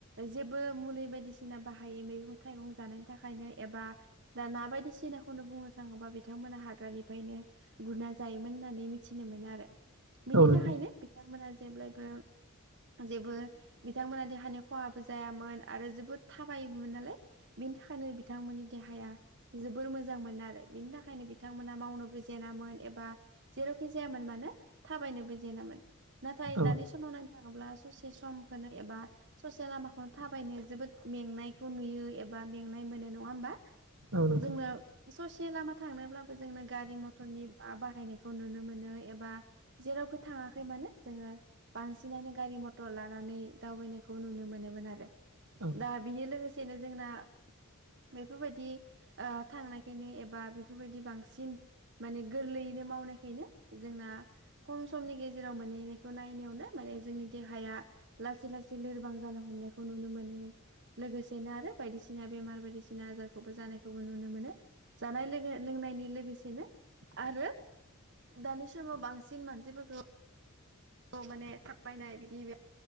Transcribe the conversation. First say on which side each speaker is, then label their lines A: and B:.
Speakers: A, on the right (about 55°); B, on the right (about 75°).
A: जेबो मुलि बायदिसिना बाहायै मैगं थाइगं जानायनि थाखायनो एबा दाना बायदिसिना खौनो बुंनो थाङोबा बिथांमोना हाग्रानिफ्रायनो गुरना जायोमोन होननानै मिथिनो मोनो आरो बिनि
B: औ नोंथां
A: थाखायनो बिथांमोना जेब्लायबो जेबो बिथांमोना देहानि खहाबो जायामोन आरो जोबोद थाबायोमोनबो नालाय बिनि थाखाय बेखायनो बिथांमोननि देहाया जोबोर मोजां मोन आरो बिनि थाखायनो बिथांमोना मावनोबो जेेनामोन ए बा जेरावखि जायामोन मानो थाबायनोबो जेनामोन नाथाय
B: औ
A: दानि समाव नायनो थाङोब्ला ससे समखौनो एबा ससे लामाखौनो थाबायनो जोबोद मेंनायखौ नुयो एबा मेंनाय मो नो नङा होनबा?
B: औ नोंथां
A: जोंनो ससे लामा थांनोब्लाबो जोंनो गारि मटरनि बाहायनायखौ नुनो मोनो एबा जेरावखि थाङाखै मानो जोङो बांसिनानो गारि मटर लानानै दावबायनायखौ नुनो मोनोमोन आरो
B: औ
A: दा बेनि लोगोसेनो जोंना बेफोरबायदि ओ थांनायखायनो एबा बेफोरबायदि बांसिन माने गोरलैयैनो मावनायखायनो जोंना खम समनि गेजेराव मोनहैनायखौ नायनायावनो माने जोंनि देहाया लासै लासै लोरबां जानो हमनायखौ नुनो मोनो लोगोसेनो आरो बायदिसिना बेमार बायदिसिना आजारखौबो जानायखौबो नुनो मोनो जानाय लोगो नाय लोगोसेनोआरो दानि समाव बांसिन मानसिफोरखौ माने थाबायनाय बिदि